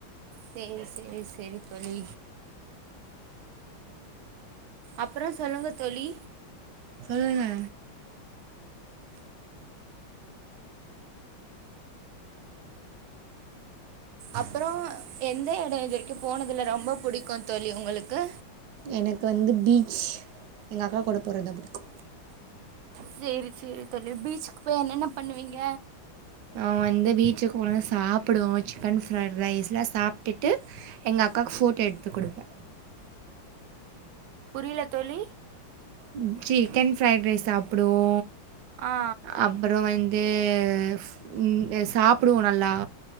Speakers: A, on the right; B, on the right.
A: சேரி சேரி சேரி தோழி அப்றோ சொல்லுங்க தோழி
B: சொல்லுங்க
A: அப்றோ எந்த எடோ இது வரைக்கோ போன இதுல ரொம்போ புடிக்கோ தோழி உங்களுக்கு
B: எனக்கு வந்து பீச் எங்க அக்கா கூட போறதுதா புடிக்கோ
A: செரி செரி தோழி பீச்சுக்கு போய் என்னென்ன பண்ணுவீங்க
B: ஆ வந்து பீச்சுக்கு போனோன சாப்புடுவோ சிக்கன் ஃப்ரைட் ரைஸ்லா சாப்ட்டுட்டு எங்க அக்காக்கு ஃபோட்டோ எடுத்து குடுப்பே
A: புரில தோழி
B: உம் சிக்கன் ஃப்ரைட் ரைஸ் சாப்புடுவோ
A: ஆ
B: அப்றோ வந் தேஃப் உம் ஏ சாப்புடுவோ நல்லா